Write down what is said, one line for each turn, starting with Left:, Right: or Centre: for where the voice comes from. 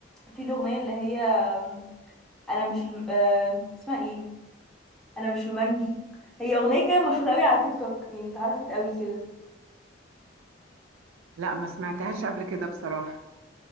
Centre: في الاغنيه اللي هي آم، انا مش ل- آم، اسمها ايه انا مش لومانجي هي اغنيه كده مشهوره قوي على تيك توك يعني اتعرفت قوي كده
Right: لا ما سمعتهاش قبل كده بصراحة